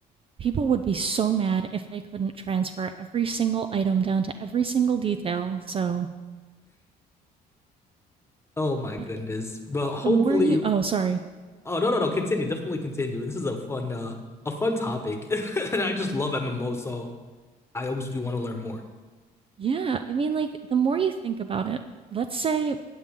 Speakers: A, on the right; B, on the left.
A: People would be so mad if they couldn't transfer every single item down to every single detail. So,
B: Oh my
A: but
B: goodness.
A: the,
B: But hopefully,
A: the more you, oh, sorry,
B: oh no, no, no, continue. Definitely continue. This is a fun, uh, a fun topic. <laughs> And I just love MMO, so I always do want to learn more.
A: Yeah, I mean, like, the more you think about it, let's say